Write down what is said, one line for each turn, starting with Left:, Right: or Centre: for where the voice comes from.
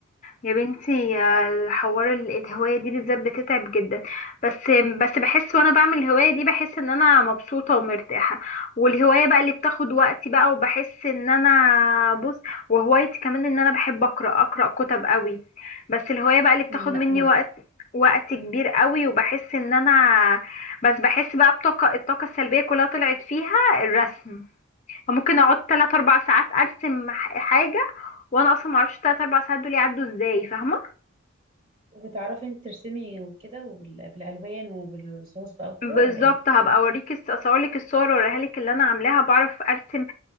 Left: يا بنتي الحوار ال- الهواية دي بالذات بتتعب جدا بس بس بحس وانا بعمل الهواية دي بحس ان انا مبسوطة ومرتاحة والهواية بقى اللي بتاخد وقتي بقى وبحس ان انا بص وهوايتي كمان ان انا بحب اقرأ اقرأ كتب قوي بس الهواية بقى اللي بتاخد
Right: مم، لا
Left: مني
Right: انا
Left: وقت وقت كبير قوي وبحس ان انا بس بحس بقى بطاقة الطاقة السلبية كلها طلعت فيها الرسم ممكن اقعد 3 4 ساعات ارسم ح- حاجة وانا اصلا معرفش 3 4 ساعات دول يعدوا ازاي فاهمة
Right: عارفة. بتعرفي انت ترسمي وكده وبال- بالالوان وبالرصاص بقى وكده
Left: بالظبط
Right: ولا ايه
Left: هبقى اوريك الص- اصورلك الصور واوريها لك اللي انا عاملاها بعرف ارسم